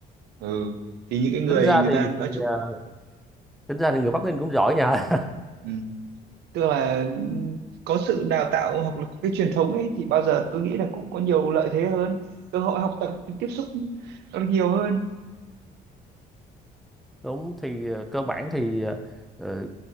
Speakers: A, on the right; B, in the centre.
A: ừ thì những cái người
B: tính ra
A: người
B: thì,
A: ta nói
B: thì
A: chung
B: à, tính ra thì người Bắc Ninh cũng giỏi nha
A: ừ. tức là có sự đào tạo hoặc là có cái truyền thống ấy thì bao giờ tôi nghĩ là cũng có nhiều lợi thế hơn cơ hội học tập tiếp xúc nó nhiều hơn
B: <laughs> đúng thì à, cơ bản thì à, ờ,